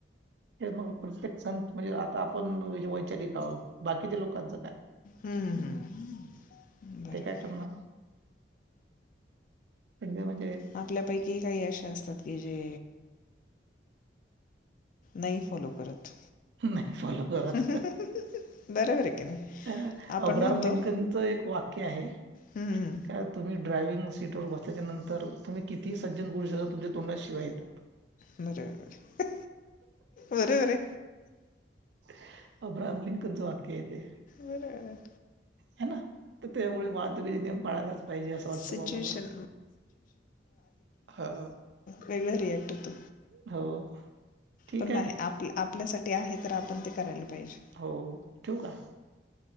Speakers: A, on the right (about 65°); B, on the left (about 50°).
A: हे मग प्रत्येक संत म्हणजे आता आपण वैचारिक आहोत बाकीच्या लोकांच
B: हम्म हम्म हम् बरोबर
A: ते काय करणार ते म्हणजे
B: आपल्यापैकी काही अशे असतात क जे नाही फॉलो करत
A: नाही फॉलो करत.
B: बरोबर आहे की नाही
A: अ,
B: आपण
A: अब्राहम
B: म्हणतो
A: लिंकनचं एक वाक्य आहे
B: "हम्म,
A: की तुम्ही ड्रायव्हिंग करताना प्रत्येक वेळी सीट वर बसल्याच्या नंतर तुम्ही किती सज्जन पुरुष अस तुमच्या तोंडाशिवाय येतात
B: बरोबबर बरेबरे
A: अब्रहम लिंकच वाक्य आहेे अब्राहम लिंकनचे वाक्य आहे ते
B: बरर
A: ह ना तर त्यामुळे वाहतुकीचे नियम पाळायलाच पाहिजे असं वाटतं
B: सिच्युएशन
A: बा मला ह
B: वेगळा रिएक्ट होतो
A: हो ठीक
B: पण नाही
A: आहे.
B: आप आपल्यासाठी आहे तर आपण ते करायला पाहिजे
A: हो ठीक आहे